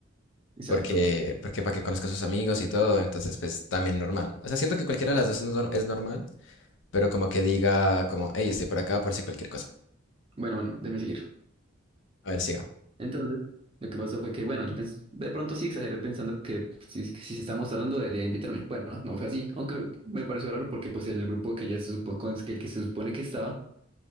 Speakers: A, on the right; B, on the left.
A: Exacto.
B: Porque, porque para que conozca a sus amigos y todo, entonces, pues, también normal. O sea, siento que cualquiera de las dos es, nor- es normal, pero como que diga, como, hey, estoy por acá por si cualquier cosa.
A: Bueno, bueno, déjeme seguir.
B: A ver, siga.
A: Entonces, lo que pasó fue que, bueno, yo pens- de pronto sí exageré pensando que pues, si, que si estamos hablando debería invitarme. Bueno, no fue así, aunque me pareció raro porque pues el grupo que ya se supo- con el que se supone que estaba,